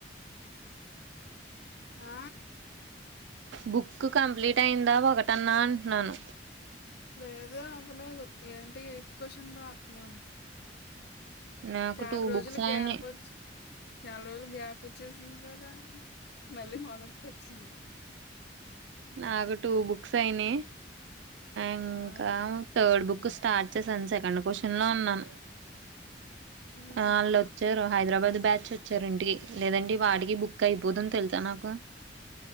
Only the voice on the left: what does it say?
ఆ
లేదు అవ్వలేదు ఏంటి ఎయిత్ క్వశ్చన్ రాస్తున్నాను
చాలా
రోజులు
గ్యాప్ వచ్చి చాలా రోజులు గ్యాప్ వచ్చేసింది కదా మళ్ళీ మొదటికి వచ్చింది
ఆ
ఉహు